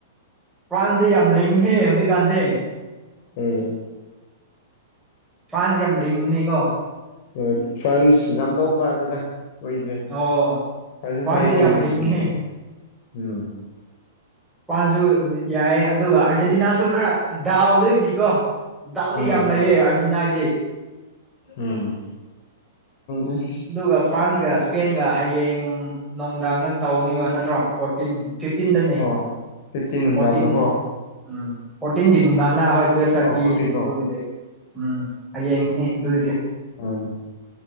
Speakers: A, in the centre; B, on the left.
A: ꯐ꯭ꯔꯥꯟꯁꯗꯤ ꯌꯥꯝ ꯂꯤꯡꯉꯤꯍꯦ ꯍꯧꯖꯤꯛꯀꯥꯟꯁꯦ
B: ꯎꯝ
A: ꯐ꯭ꯔꯥꯟꯁ ꯌꯥꯝ ꯂꯤꯡꯕꯅꯤꯀꯣ
B: ꯍ ꯐ꯭ꯔꯥꯟꯁ ꯉꯝꯗꯧ ꯃꯥꯜꯂꯦꯗ ꯃꯣꯏꯁꯦ
A: ꯑꯣ
B: ꯐꯁꯨ
A: ꯐ꯭ꯔꯥꯟꯁꯁꯦ
B: ꯐꯩꯀꯣ
A: ꯌꯥꯝ
B: ꯃꯣꯏ
A: ꯂꯤꯡꯉꯤꯍꯦ
B: ꯊꯤꯕꯗꯣ ꯎꯝ
A: ꯃꯄꯥꯟꯁꯨ ꯌꯥꯏ ꯑꯗꯨꯒ ꯑꯥꯔꯖꯦꯟꯇꯤꯅꯥꯁꯨ ꯈꯔ ꯗꯥꯎꯗꯣꯏꯗꯤꯀꯣ ꯗꯥꯎꯗꯤ
B: ꯎꯝ
A: ꯌꯥꯝ ꯂꯩꯑ ꯑꯥꯔꯖꯤꯅꯥꯗꯤ
B: ꯎꯝ ꯍꯦ
A: ꯑꯗꯨꯒ ꯐ꯭ꯔꯥꯟꯁꯀ ꯏꯁꯄꯦꯟꯒ ꯍꯌꯦꯡ ꯅꯨꯡꯗꯥꯡꯗ ꯇꯧꯅꯤꯕ ꯅꯠꯇ꯭ꯔꯣ ꯐꯣꯔꯇꯤꯟ ꯐꯤꯐꯇꯤꯟꯗꯅꯦ
B: ꯑꯣ ꯐꯤꯐꯇꯤꯟ ꯅꯨꯡꯗꯥꯡꯗꯀꯣ
A: ꯐꯣꯔꯇꯤꯟ ꯎꯝ ꯐꯣꯔꯇꯤꯟꯒꯤ ꯅꯨꯡꯗꯥꯡꯗ ꯍꯣꯏ ꯇꯨꯋꯦꯜꯞ ꯊꯥꯔꯇꯤ
B: ꯑꯧ ꯐꯣꯔꯇꯤꯟꯔꯣ
A: ꯑꯗꯨꯒꯤꯗꯤ ꯎꯝ ꯍꯌꯦꯡꯒꯤꯅꯤ ꯑꯗꯨꯏꯗꯤ
B: ꯑꯥ